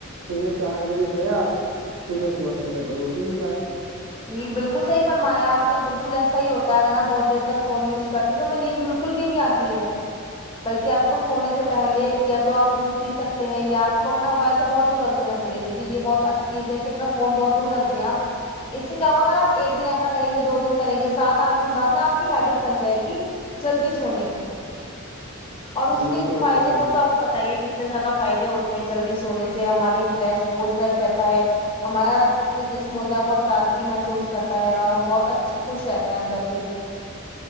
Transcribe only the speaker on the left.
ہی جی بالکل صحیح فرمایا آپ نے بالکل ایسا ہی ہوتا ہے اگر ہم بہت دیر تک فون یوزکرتے تو میں نیند بالکل بالکل بھی نہیں آتی ہے بلکہ آپ کو سونے سے پہے یا توآپ دودھ پی سکتے ہیں یا آپ کو اپنا موبائل تو بہت دور رکھ دینا چاہیے دیکے یہ بہت اچھا چیزیں کہ اپنا فون بہت دور رکھتے آپ اس سے کیا ہوگا اگر آپ ایک دن ایسا کریں گے دو دن کریں گے سات آٹھ دن بعد نا آپ کی ہیبٹ بن جائے گی جلدی سونے کی
اور اس کے جو
فائدے
ہوتا
بتائیے کتنے اتنے زیادہ فائدے ہوتے ہیں جلدی سونے سے ہماری فریش موڈ فریش رہتا ہے ہمارا جو جسم بہت تازگی محسوس کرتا ہے اور ہم بہت اچھے خوش رہتے ہیں اندر سے بھی